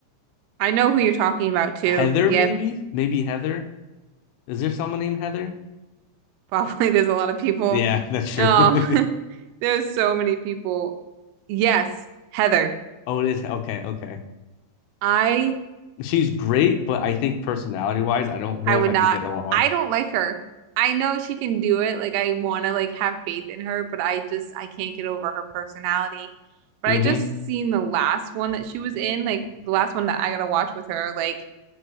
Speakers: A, on the right; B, on the left.
A: I know who you're talking about too.
B: Heather,
A: Yeah,
B: maybe, maybe Heather. Is there someone named Heather?
A: probably <laughs> there's a lot of people.
B: Yeah, that's true.
A: Um,
B: <laughs>
A: <laughs> there's so many people. Yes, Heather.
B: oh, it is. Okay, okay.
A: I
B: she's great, but I think personality wise, I don't
A: I
B: know
A: would
B: if I
A: not.
B: could get along.
A: I don't like her. I know she can do it. Like I want to like have faith in her, but I just I can't get over her personality. But
B: hmm
A: I just seen the last one that she was in, like the last one that I gotta watch with her. Like